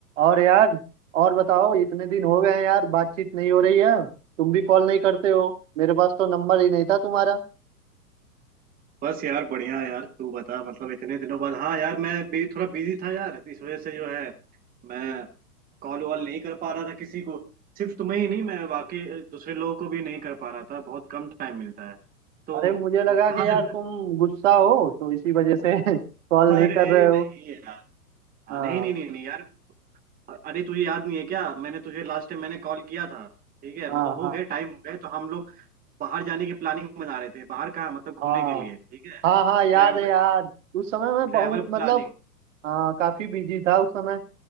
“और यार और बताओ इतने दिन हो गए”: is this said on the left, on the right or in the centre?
Right